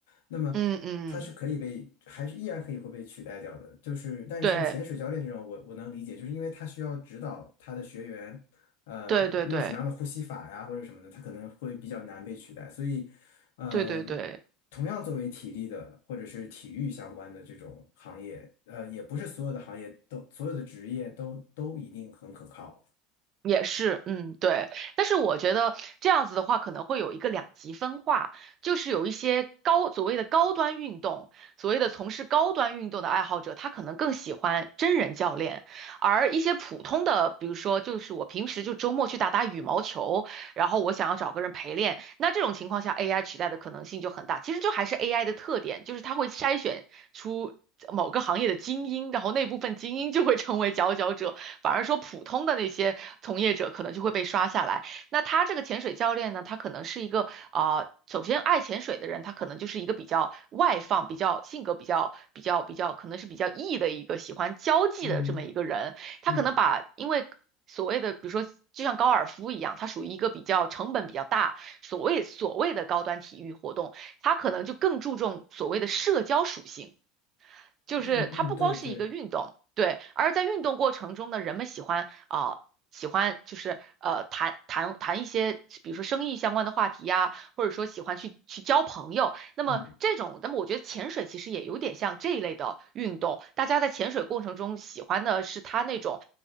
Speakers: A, on the left; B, on the right.
A: 那么它是可以被，
B: 嗯嗯，
A: 还是依然可以会被取代掉的。就是，但是像潜水教练这种，
B: 对
A: 我我能理解，就是因为他需要指导他的学员，呃，
B: 对对对
A: 用什么样的呼吸法呀，或者什么的，他可能会比较难被取代。所以，嗯、
B: 对对对。
A: 同样作为体力的或者是体育相关的这种行业，呃，也不是所有的行业都所有的职业都都一定很可靠。
B: 也是，嗯，对，但是我觉得这样子的话，可能会有一个两极分化，就是有一些高，所谓的高端运动，所谓的从事高端运动的爱好者，他可能更喜欢真人教练，而一些普通的，比如说就是我平时就周末去打打羽毛球，然后我想要找个人陪练，那这种情况下 AI 取代的可能性就很大。其实就还是 AI 的特点，就是它会筛选出。某个行业的精英，然后那部分精英就会成为佼佼者，反而说普通的那些从业者可能就会被刷下来。那他这个潜水教练呢，他可能是一个啊、呃首先爱潜水的人，他可能就是一个比较外放、比较性格比较比较比较，可能是比较 E 的一个喜欢交际的这么一个人。
A: 嗯
B: 他可能把因为所谓的，
A: 嗯
B: 比如说就像高尔夫一样，它属于一个比较成本比较大，所谓所谓的高端体育活动，它可能就更注重所谓的社交属性。就是它不光是一个运动，
A: 嗯嗯，对对，
B: 对，而在运动过程中呢，人们喜欢啊、喜欢就是呃谈谈谈一些，比如说生意相关的话题呀、或者说喜欢去去交朋友。那么这种，
A: 嗯
B: 那么我觉得潜水其实也有点像这一类的运动，大家在潜水过程中喜欢的是他那种。